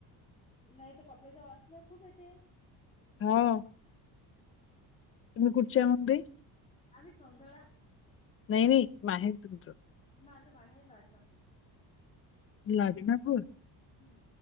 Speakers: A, on the left; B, on the left.
A: नाही तर कपडे तर वास ना खूप येते.
B: हम्म.
A: हकी
B: म कुठची आहे म्हणते?
A: आम्ही सिंधळा
B: नाही नाही हे तुमचं
A: माझं बाहेर लाडनापूर
B: लाडनापूर
A: हम्म